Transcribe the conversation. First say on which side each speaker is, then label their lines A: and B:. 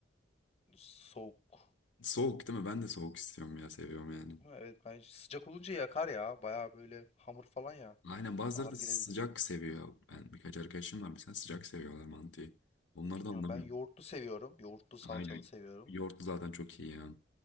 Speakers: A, on the left (about 35°); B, on the left (about 80°).
A: soğuk.
B: Soğuk değil mi? Ben de soğuk istiyorum ya seviyorum yani.
A: Değil mi? Evet bence sıcak olunca yakar ya. Baya böyle hamur falan ya.
B: Aynen bazıları
A: Ağır
B: da
A: gelebilir.
B: sıcak seviyor. Ben birkaç arkadaşım var mesela sıcak seviyorlar mantıyı. Onları
A: Bilmiyorum
B: da anlamıyorum.
A: ben yoğurtlu seviyorum. Yoğurtlu salçalı
B: Aynen.
A: seviyorum.
B: Yoğurtlu zaten çok iyi ya.